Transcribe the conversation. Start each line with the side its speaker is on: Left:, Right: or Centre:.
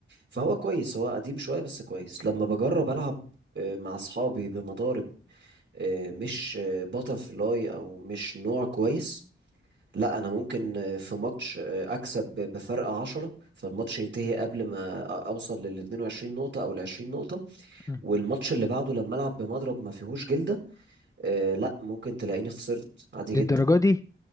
Right: فهو
Left: مم.
Right: كويس هو قديم شوية بس كويس لما بجرب ألعب آه، مع أصحابي بمضارب آه، مش باتر فلاي أو مش نوع كويس لا أنا ممكن آه، في ماتش آه، أكسب بفرق عشرة فالماتش ينتهي قبل ما أوصل لل 22 نقطة أو ال 20 نقطة
Left: مم.
Right: والماتش اللي بعده لما العب بمضرب ما فيهوش جلده آه لا ممكن تلاقيني خسرت عادي
Left: للدرجة
Right: جدا
Left: دي